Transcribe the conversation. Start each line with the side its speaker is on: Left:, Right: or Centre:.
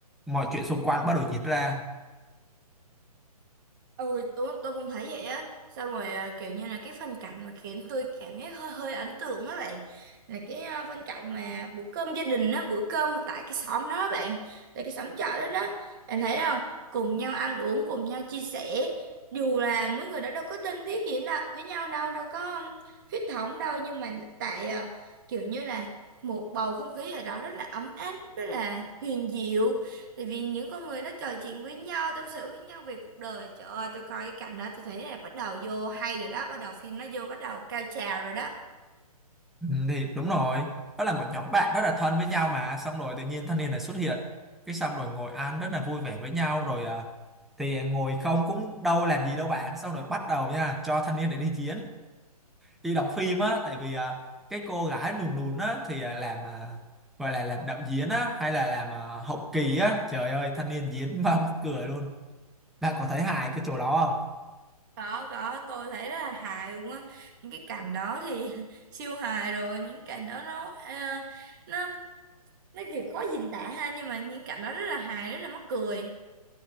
Centre: mọi chuyện xung quanh bắt đầu diễn ra
Right: Ừ, tôi, tôi cũng thấy vậy á Sao rồi à, kiểu như là cái phân cảnh mà khiến tôi cảm giác hơi hơi ấn tượng á bạn Là cái à, phân cảnh mà bữa cơm gia đình á Bữa cơm tại cái xóm đó á bạn Tại cái xóm chợ đó đó Bạn thấy không? Cùng nhau ăn uống, cùng nhau chia sẻ Dù là mỗi người đó đâu có thân thiết gì đâu, với nhau đâu Đâu có um, huyết thống đâu Nhưng mà tại à, kiểu như là một bầu không khí ở đó rất là ấm áp Rất là hiền diệu Tại vì những con người nó trò chuyện với nhau, tâm sự với nhau về cuộc đời. Trời ơi, tôi coi cái cảnh đó tôi thấy là bắt đầu vô hay rồi đó, bắt đầu phim nó vô bắt đầu cao trào rồi đó.
Centre: Ừ, thì đúng rồi đó là một nhóm bạn rất là thân với nhau mà xong rồi tự nhiên thanh niên này xuất hiện cái xong rồi ngồi ăn rất là vui vẻ với nhau rồi à, thì ngồi không cũng đâu làm gì đâu bạn xong rồi bắt đầu nha cho thanh niên này đi chiến đi đóng phim á tại vì à, cái cô gái lùn lùn á thì à, làm à, gọi là làm đạo diễn á hay là làm à, hậu kỳ á trời ơi thanh niên diễn <laughs> mà mắc cười luôn bạn có thấy hài cái chỗ đó không
Right: Có, có, tôi thấy rất là hài luôn á. Những cái cảnh đó thì <laughs> siêu hài rồi, những cảnh đó nó ờ, nó nó kiểu khó diễn tả ha, nhưng mà những cảnh đó rất là hài, rất là mắc cười.